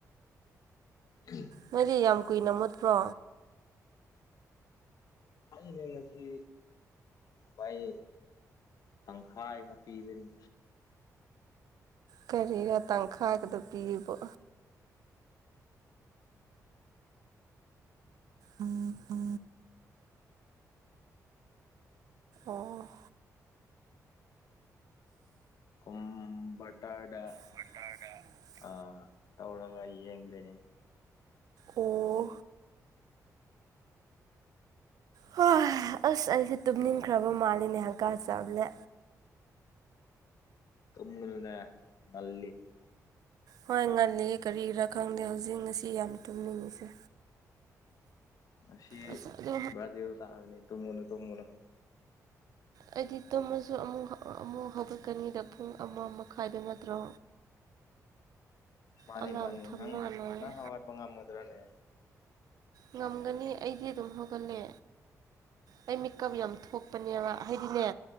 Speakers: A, on the left; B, on the right.
A: <inaudible>
B: ꯅꯣꯏꯗꯤ ꯌꯥꯝ ꯀꯨꯏꯅ ꯃꯨꯠꯄ꯭ꯔꯣ
A: ꯈꯪꯅ ꯉꯁꯤ ꯃꯥꯏ ꯇꯪ ꯈꯥꯏ ꯈ ꯄꯤꯕꯅꯤ
B: ꯀꯔꯤꯒ ꯇꯪꯈꯥꯏꯒꯗ ꯄꯤꯕ ꯎꯝ ꯎ ꯑꯣ
A: ꯀꯝꯕꯇꯥꯔ
B: ꯀꯋꯇꯥꯥꯔꯗ
A: ꯑ ꯇꯧꯒꯔꯤ ꯌꯦꯡꯗꯅꯦ
B: ꯑꯣ ꯍꯣꯏ ꯑꯁ ꯑꯩꯁꯦ ꯇꯨꯝꯅꯤꯡꯈ꯭ꯔꯕ ꯃꯥꯜꯂꯤꯦꯅꯦ ꯍꯪꯀꯥ ꯆꯂꯦ
A: ꯇꯨꯝꯕꯗꯨꯅ ꯉꯜꯂꯤ
B: ꯍꯣꯏ ꯉꯜꯂꯤ ꯀꯔꯤꯔꯥ ꯈꯪꯗꯦ ꯍꯧꯖꯤꯛ ꯉꯁꯤ ꯌꯥꯝ ꯇꯨꯝꯅꯤꯡꯉꯤꯁꯦ
A: ꯉ
B: ꯑꯁ ꯑꯗꯣ
A: ꯕ꯭ꯔꯥꯖꯦꯜ ꯇꯥꯛꯑꯒꯅꯤ ꯇꯨꯝꯃꯨꯅ ꯇꯨꯝꯃꯨꯅꯨ
B: ꯑꯩꯗꯤ ꯇꯣꯝꯃꯁꯨ ꯑꯃꯨꯛ ꯑꯃꯨꯛ ꯍꯧꯒꯠꯀꯅꯤꯗ ꯄꯨꯡ ꯑꯃ ꯃꯈꯥꯏꯗ ꯅꯠꯇ꯭ꯔꯣ
A: ꯃꯥꯅꯤ
B: ꯑꯂꯥꯔꯝ
A: ꯃꯥꯅꯤ
B: ꯊꯝꯂꯒ
A: ꯅꯪ
B: ꯂꯣꯏꯔꯦ
A: ꯅꯪ ꯍꯋꯥꯏ ꯐꯉꯝ ꯃꯗ꯭ꯔꯥꯅꯦ
B: ꯉꯝꯒꯅꯤ ꯑꯩꯗꯤ ꯑꯗꯨꯝ ꯍꯧꯒꯠꯂꯦ ꯑꯩ ꯃꯤꯀꯞ ꯌꯥꯝ ꯊꯣꯛꯄꯅꯦꯕ ꯍꯥꯏꯗꯤꯅꯦ